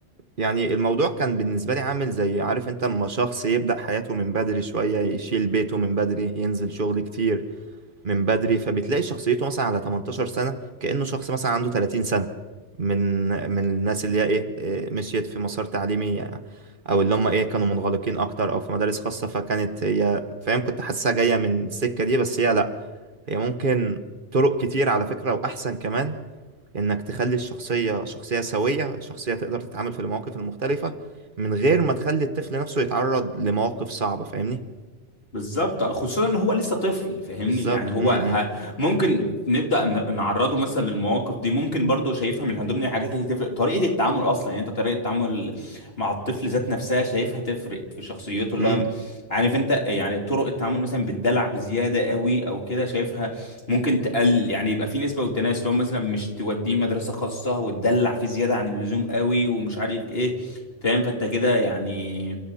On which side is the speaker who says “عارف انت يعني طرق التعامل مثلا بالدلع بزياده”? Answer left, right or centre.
Left